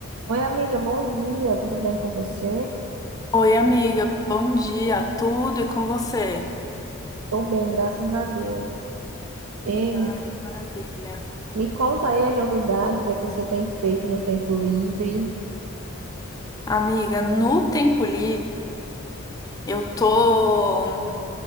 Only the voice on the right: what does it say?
Oi, amiga, bom dia, tudo bem com você?
Tô bem, graças a Deus. E
me,
me conta aí as novidades, o que é que você tem feito no tempo livre.